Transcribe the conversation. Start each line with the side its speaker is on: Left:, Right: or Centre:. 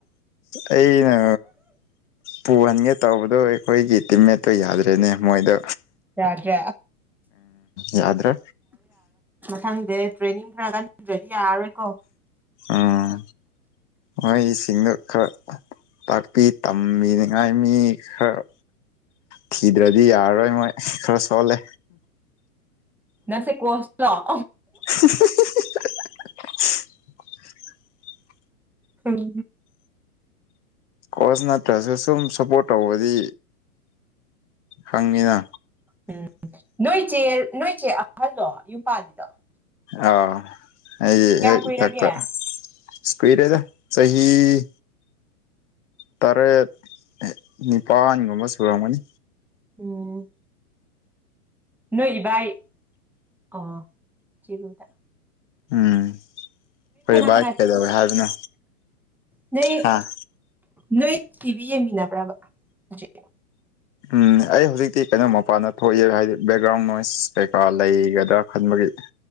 Left: ꯑꯩꯩꯅ ꯄꯨꯍꯟꯒꯦ ꯇꯧꯕꯗꯣ ꯑꯩꯈꯣꯏꯒꯤ ꯇꯤꯝꯃꯦꯠꯇꯣ ꯌꯥꯗ꯭ꯔꯦꯅꯦ ꯃꯣꯏꯗ
Centre: ꯌꯥꯖꯦ
Left: ꯌꯥꯗ꯭ꯔ
Centre: ꯊꯪꯗꯦ ꯇ꯭ꯔꯦꯅꯤꯡꯒ ꯑꯗꯨꯗꯤ ꯑꯣꯏꯀꯣ
Left: ꯎꯝ ꯃꯣꯏꯁꯤꯡꯗꯣ ꯈꯔ ꯇꯥꯛꯄꯤ ꯇꯝꯕꯤꯅꯤꯉꯥꯏ ꯃꯤ ꯈꯔ ꯊꯤꯗ꯭ꯔꯗꯤ ꯌꯥꯔꯔꯣꯏ ꯃꯣꯏ ꯈꯔ ꯁꯣꯜꯂꯦ
Centre: ꯅꯁꯦ ꯀꯣꯁꯂ
Left: <unintelligible>
Centre: ꯍꯝ
Left: ꯀꯣꯆ ꯅꯠꯇ꯭ꯔꯁꯨ ꯁꯨꯝ ꯁꯞꯄꯣꯔꯠ ꯇꯧꯕꯗꯤ ꯍꯪꯉꯤꯅ
Centre: ꯎꯝ ꯅꯣꯏ ꯆꯦ ꯅꯣꯏ ꯆꯦ ꯑꯍꯜꯂꯣ ꯌꯨꯝꯄꯥꯅꯤꯗ
Left: ꯑꯥꯎ ꯑꯩ ꯍ
Centre: ꯀꯨꯏꯔꯒꯦ
Left: ꯇꯀ ꯏꯁꯄꯤꯤꯔꯦꯗ ꯆꯍꯤꯍꯤ ꯇꯔꯦꯠ ꯅꯤꯄꯥꯜꯒꯨꯝꯕ ꯁꯨꯔꯝꯒꯅꯤ
Centre: ꯑꯣꯝ ꯅꯣꯏ ꯥꯏ ꯑ ꯆꯣꯗ
Left: ꯎꯝ ꯐꯣꯏꯕꯥ
Centre: ꯀꯅꯥ
Left: ꯀꯗꯕ ꯍꯥꯏꯗꯅ
Centre: ꯅꯣꯏ
Left: ꯍꯥꯥ
Centre: ꯅꯣꯏ ꯇꯤꯚꯤ ꯌꯦꯡꯃꯤꯟꯅꯕ꯭ꯔꯕ ꯍꯧꯖꯤꯛ
Left: ꯎꯝ ꯑꯩ ꯍꯧꯖꯤꯛꯇꯤ ꯀꯩꯅꯣ ꯃꯄꯥꯟꯗ ꯊꯣꯛꯏꯑ ꯍꯥꯏꯗꯤ ꯕꯦꯛꯒ꯭ꯔꯥꯎꯟ ꯅꯣꯏꯁ ꯀꯩꯀꯥ ꯂꯩꯒꯗ꯭ꯔꯥ ꯈꯟꯕꯒꯤ ꯍ